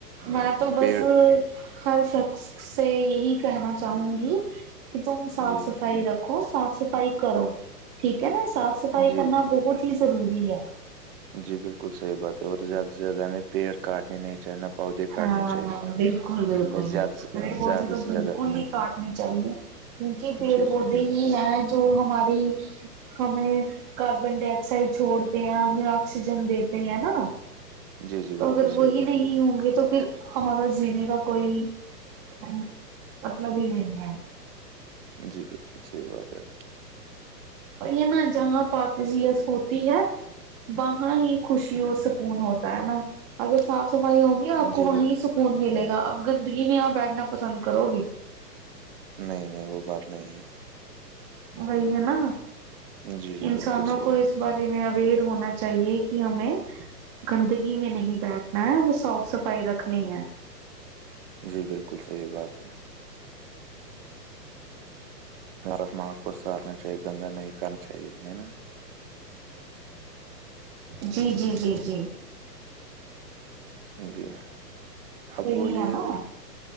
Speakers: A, on the right; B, on the right.
A: میں تو بس
B: پیڑ
A: ہر شخص سے یہی کہنا چاہوں گی کہ تم صاف
B: جی
A: صفائی رکھ رکھو صاف صفائی کرو ٹھیک ہے نا صاف صفائی
B: جی
A: کرنا بہت ہی ضروری ہے
B: جی بالکل صحیح بات ہے اور زیادہ سے زیادہ ہمیں پیڑ کاٹنے نہیں چاہیے نہ پودے کاٹنے
A: ہاں
B: چاہیے
A: بالکل بالکل
B: ہمیں زیادہ
A: بکل
B: سے
A: پیڑ پودے
B: زیادہ
A: تو
B: سے
A: بالکل
B: زیادہ
A: نہیں کاٹنے چاہیے کیونکہ پیڑ
B: جی جی
A: پودے ہی ہیں جو ہماری ہمیں کاربن ڈائی آکسائڈ چھوڑتے ہیں ہمیں آکسیجن دیتے ہیں نا
B: جی جی
A: تو
B: بالکل
A: اگر
B: صحیح
A: وہی
B: بات
A: نہیں ہوں گے تو پھر ہمارا جینے کا کوئی مطلب ہی نہیں ہے
B: جی بالکل صحیح بات ہے آپ‌ کی
A: وہی نا جہاں پاکزیس ہوتی ہے وہاں ہی خوشی اور سکون ہوتا ہے نا اگر صاف صفائی ہوگی آپ
B: جی
A: کو وہیں
B: بالکل
A: سکون ملے گا اب گندگی میں یہاں بیٹھنا پسند کرو گی
B: نہیں نہیں وہ بات نہیں ہے
A: وہی ہے نا
B: ہے جی جی
A: انسانوں
B: بالکل صحیح
A: کو اس بارے میں اوئر ہونا چاہیے کہ ہمیں گندگی میں نہیں بیٹھ نا ہے ہمیں صاف صفائی رکھنی ہے
B: جی بالکل صحیح بات ہے ہر ایک ماحول کو سارنا چاہیے گندا نہیں کرنا چاہیے ہے نا
A: جی جی جی جی
B: جی آپ
A: یہی
B: بولیے
A: ہے نا
B: اور